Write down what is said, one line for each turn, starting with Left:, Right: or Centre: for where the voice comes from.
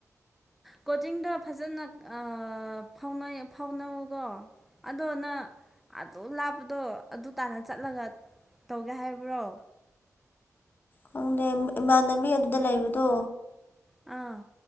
Centre: ꯀꯣꯆꯤꯡꯗꯣ ꯐꯖꯅ ꯑꯥ ꯐꯥꯎꯅꯩ ꯐꯥꯎꯅꯧꯀꯣ ꯑꯗꯣꯅꯥ ꯑꯗꯨ ꯂꯥꯞꯄꯗꯣ ꯑꯗꯨ ꯇꯥꯟꯅ ꯆꯠꯂꯒ ꯇꯧꯒꯦ ꯍꯥꯏꯕ꯭ꯔꯣ
Left: ꯈꯪꯗꯦ ꯏꯃꯥꯟꯅꯕꯤ ꯑꯗꯨꯗ ꯂꯩꯕꯗꯣ
Centre: ꯑꯥ